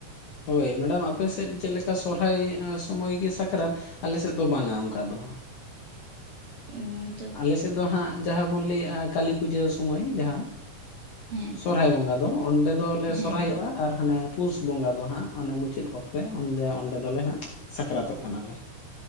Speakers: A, on the left; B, on the right.
A: ᱦᱳᱭ ᱢᱮᱰᱟᱢ ᱟᱯ ᱥᱮᱫ ᱪᱮᱫ ᱞᱮᱠᱟ ᱥᱚᱨᱦᱟᱭ ᱥᱚᱢᱚᱭ ᱟ ᱥᱟᱠᱨᱟᱛ? ᱟᱞᱮ ᱥᱮᱫ ᱫᱚ ᱵᱟᱝᱟ ᱚᱱᱠᱟ ᱫᱚ
B: ᱮ
A: ᱟᱞᱮᱥᱮᱫ ᱫᱚ ᱦᱟᱸᱜ ᱡᱟᱦᱟᱸ ᱵᱚᱱ ᱞᱟᱹᱭᱮᱜ-ᱟ ᱠᱟᱹᱞᱤ ᱯᱩᱡᱟᱹ ᱥᱚᱢᱚᱭ ᱡᱟᱦᱟᱸ
B: ᱦᱮᱸ
A: ᱥᱚᱨᱦᱟᱭ ᱵᱚᱸᱜᱟ ᱫᱚ ᱚᱸᱰᱮ ᱫᱚᱞᱮ
B: ᱦᱮᱸ
A: ᱥᱚᱨᱦᱟᱭᱚᱜ-ᱟ᱾
B: ᱦᱮᱸ
A: ᱟᱨ ᱦᱟᱱᱮ ᱯᱩᱥ ᱵᱚᱸᱜᱟ ᱫᱚ ᱦᱟᱸᱜ ᱚᱱᱮ ᱢᱩᱪᱟᱹᱫ ᱜᱚᱛ ᱨᱮ ᱚᱛᱮ ᱚᱸᱰᱮ ᱫᱚᱞᱮ ᱦᱟᱸᱜ ᱥᱟᱠᱨᱟᱛᱚᱜ ᱠᱟᱱᱟᱞᱮ